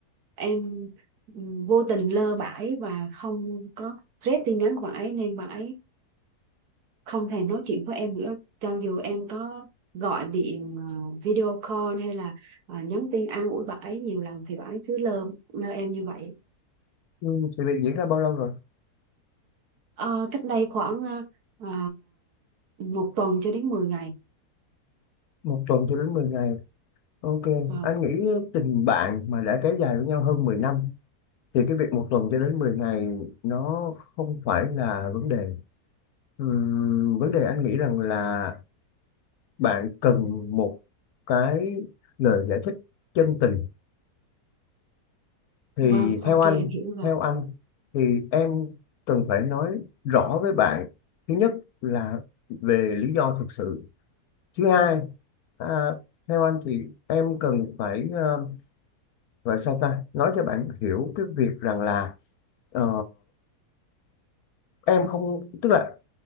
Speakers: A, on the right; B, on the left.
A: em ừm, vô tình lơ bãi và không có rep tin nhắn của bạn ấy nên bạn ấy không thèm nói chuyện với em nữa cho dù em có gọi điện ờ, video call hay là ờ, nhắn tin an ủi bà ấy nhiều lần thì bà ấy cứ lơ lơ em như vậy
B: ừ, thì việc diễn ra bao lâu rồi
A: Ờ, cách đây khoảng ờ, ờ, một tuần cho đến mười ngày
B: một tuần cho đến mười ngày ok
A: vâng
B: anh nghĩ tình bạn mà đã kéo dài với nhau hơn 10 năm thì cái việc một tuần cho đến 10 ngày nó không phải là vấn đề. Ừm, vấn đề anh nghĩ rằng là bạn cần một cái lời giải thích chân tình. Thì
A: vâng ok
B: theo anh,
A: em hiểu rồi
B: theo anh thì em cần phải nói rõ với bạn. Thứ nhất là về lý do thực sự. Thứ hai, à, theo anh thì em cần phải ờ, gọi sao ta nói cho bạn hiểu cái việc rằng là ờ, em không tức là